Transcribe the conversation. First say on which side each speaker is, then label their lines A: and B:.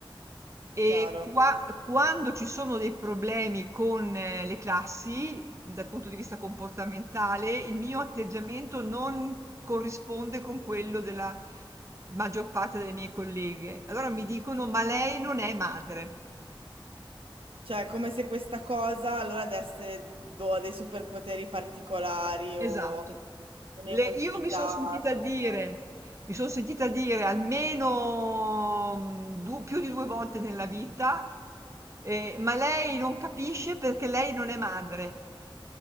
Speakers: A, on the right (about 35°); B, on the right (about 85°).
A: E
B: chiaro.
A: qua quando ci sono dei problemi con eh, le classi, dal punto di vista comportamentale, il mio atteggiamento non corrisponde con quello della maggior parte delle mie colleghe. Allora mi dicono, ma lei non è madre.
B: Cioè, è come se questa cosa allora desse boh, dei superpoteri particolari
A: Esatto.
B: o un'emotività
A: Le- io mi sono sentita
B: speciale.
A: dire, mi sono sentita dire almeno mm, du- più di due volte nella vita, eh, ma lei non capisce perché lei non è madre.